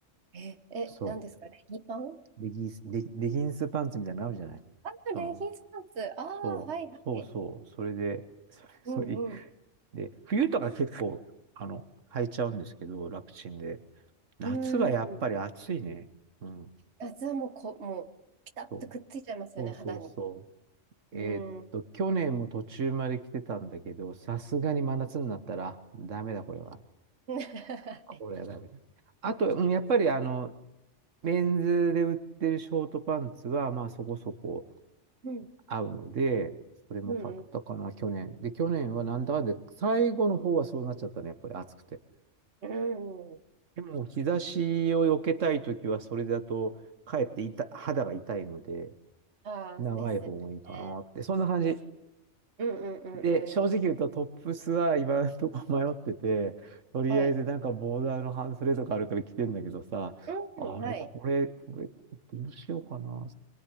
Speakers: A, on the right; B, on the right.
A: え、え、
B: そ
A: 何ですかレギパン
B: う。レギンス、レ、レギンスパンツみたいなのあるじゃないその、
A: あ、レギンスパンツ。ああ、
B: そう、
A: はいはい。
B: そうそう、それで、<laughs> それ、<laughs> そうい
A: うんうん。
B: で、冬とか結構、あの、履いちゃうんですけど、楽ちんで。夏はやっぱり暑いね。
A: うん。
B: うん。
A: あ、じゃあもう、こ、もう、ピタッとくっついちゃいますよね、
B: そう、そうそうそ
A: 肌に。
B: う。
A: うん。
B: えーっと、去年も途中まで来てたんだけど、さすがに真夏になったら、ダメだ、これは。
A: <laughs> はい。
B: これはダメだ。あと、うんやっぱり、あの、メンズで売ってるショートパンツは、まあそこそこ、
A: <laughs> うん。
B: 合うので、それも買ったかな、
A: うんう
B: 去年。で、去年はなんだかんで、最後の方はそうなっちゃったね、やっぱり暑くて。
A: ん。うん。
B: でも、日差しを避けたいときは、それだと、かえって痛肌が痛いので、
A: ああ、
B: 長い方がいいかなって、
A: ですよね。
B: そんな感じ。
A: うんうんう
B: で、正直言うと、
A: んうん。
B: トップスは今のとこ迷ってて、とりあえずなんかボーダーの半スレとかあるから着てんだけどさ、
A: はい。うん、
B: あれ、
A: はい。
B: これ、これ、どうしようかな。